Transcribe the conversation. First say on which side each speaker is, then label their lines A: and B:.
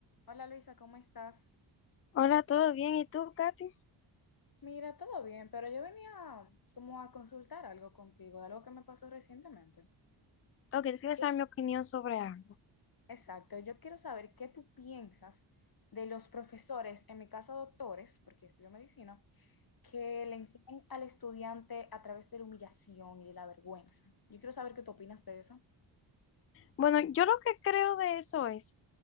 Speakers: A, on the left; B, on the left.
A: Hola Luisa, ¿cómo estás?
B: Hola, ¿todo bien? ¿Y tú, Katy?
A: Mira, todo bien, pero yo venía como a consultar algo contigo, de algo que me pasó recientemente.
B: Ok, tú quieres
A: Yo-
B: saber mi opinión sobre algo.
A: Exacto, yo quiero saber qué tú piensas de los profesores, en mi caso doctores, porque estudio medicina, que le enseñan al estudiante a través de la humillación y de la vergüenza. Yo quiero saber qué tú opinas de eso.
B: Bueno, yo lo que creo de eso es,